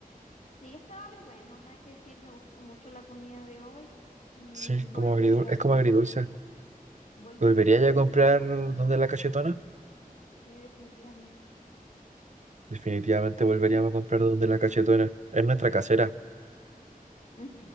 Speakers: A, on the left; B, on the right.
A: Sí, estaba re bueno, nada que decir, me gustó mucho la comida de hoy y
B: Sí, es
A: volvería,
B: como agridulce, es como agridulce.
A: volvería.
B: ¿Volvería ya a comprar donde la cachetona?
A: Sí, definitivamente.
B: Definitivamente volveríamos a comprar donde la cachetona. Es nuestra casera.
A: Mm,